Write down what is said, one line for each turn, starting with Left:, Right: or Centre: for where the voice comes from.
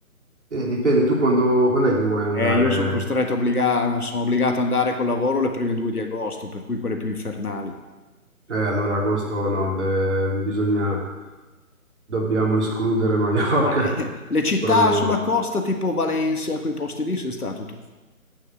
Right: eh, dipende tu quando, quando è che vuoi andare.
Left: Eh, io sono costretto, obbliga- sono obbligato ad andare col lavoro le prime due di agosto, per cui quelle più infernali.
Right: Eh, allora agosto no, de- bisogna, dobbiamo escludere Maiorca,
Left: Ma, eh,
Right: <laughs>
Left: le città
Right: sicuramente.
Left: sulla costa tipo Valencia, quei posti lì sei stato tu?